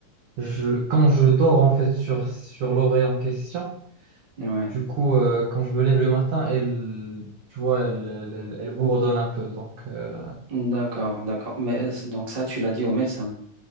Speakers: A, on the right (about 70°); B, on the right (about 25°).
A: je, quand je dors en fait sur, sur l'oreille en question,
B: Mm. ouais,
A: du coup, euh, quand je me lève le matin, elle, tu vois, elle, elle, elle- elle bourdonne un peu. Donc, euh,
B: d'accord, d'accord. Mais euh, donc ça, tu l'as dit au médecin.